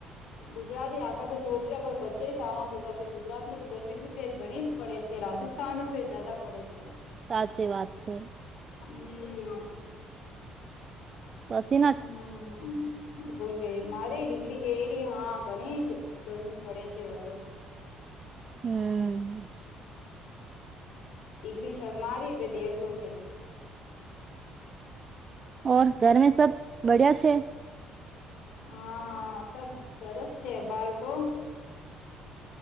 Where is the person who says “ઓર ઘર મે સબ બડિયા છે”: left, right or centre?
Right